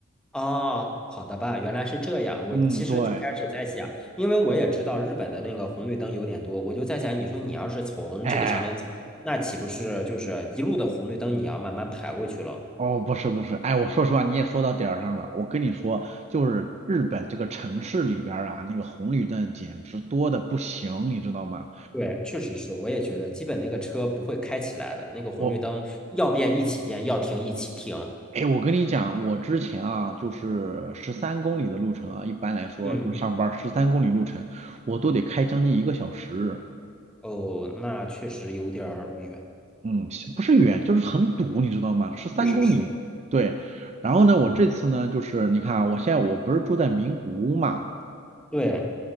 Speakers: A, in the centre; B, on the right (about 30°).
A: 哦，好的吧，原来是这样，我其实就开始在想，
B: 嗯，对，
A: 因为我也知道日本的那个红绿灯有点多，我就在想，你说你要是从这个上面走，
B: 哎。
A: 那岂不是就是一路的红绿灯，你要慢慢排过去了？
B: 哦，不是不是，哎，我说实话，你也说到点儿上了。我跟你说，就是日本这个城市里边儿啊，那个红绿灯简直多的不行，你知道吗？
A: 对，确实是，我也觉得，基本那个车不会开起来的，那个红绿灯要变一起变，
B: 我，
A: 要停一起停。
B: 哎，我跟你讲，我之前啊，就是十三公里的路程啊，一般来说就上班十三公里路程，
A: 嗯，
B: 我都得开将近一个小时。
A: 哦，那确实有点儿远，
B: 嗯，不是远，就是很堵，你知道吗？十三公里。
A: 确实是。
B: 对，然后呢，
A: 嗯，
B: 我这次呢，就是你看啊，我现在我不是住在名古屋嘛，
A: 对，